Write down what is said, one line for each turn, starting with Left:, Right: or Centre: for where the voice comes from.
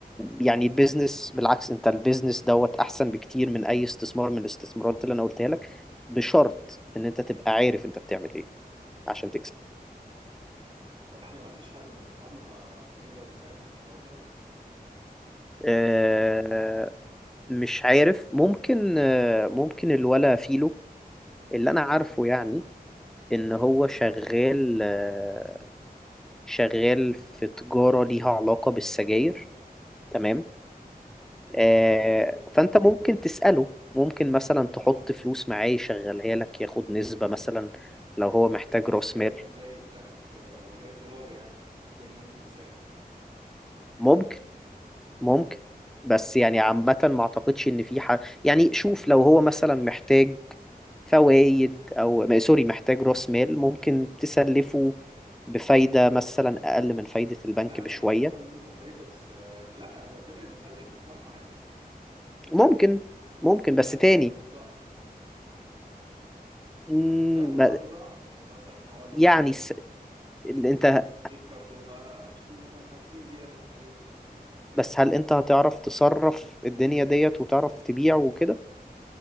Centre: يعني البيزنس بالعكس انت البيزنس دوت احسن بكتير من اي استثمار من الاستثمارات اللي انا قلتها لك بشرط ان انت تبقى عارف انت بتعمل ايه عشان تكسب
Right: طب احنا ما فيش حد من اصحابنا يقدر يساعدنا في الحوار ده
Centre: آه، مش عارف ممكن آه، ممكن الولا فيلو اللي انا عارفه
Right: مم.
Centre: يعني ان هو شغال آه، شغال في تجارة ليها علاقة بالسجاير تمام آه،
Right: اوكي
Centre: فانت ممكن تسأله ممكن مثلا تحط فلوس معاه يشغلها لك ياخد نسبة مثلا لو هو محتاج
Right: لو السجاير
Centre: راس مال
Right: دي زي الذهب آه، او زي الدولار يعني كل يوم بسعر
Centre: ممكن ممكن بس يعني عامة ما اعتقدش ان في حاجة يعني شوف لو هو مثلا محتاج فوائد او م- سوري محتاج راس مال ممكن تسلفه بفايدة مثلا اقل من فايدة البنك
Right: لا
Centre: بشوية
Right: انا مش هاخد منه فايده بس آه، لا لو كده يدخلني في بضاعه عادي
Centre: ممكن ممكن
Right: اصل هو ايه
Centre: بس
Right: اللي هيخسر
Centre: تاني
Right: بضاعه
Centre: مم،
Right: يعني نزود
Centre: ب-
Right: اه البضاعه يعني مثلا إن هو لو
Centre: يعني
Right: بي
Centre: س...
Right: بيشتري
Centre: انت
Right: 100 كرتونه اشتري انا 50 زياده عليهم
Centre: بس هل انت هتعرف تصرف الدنيا ديت وتعرف تبيع وكده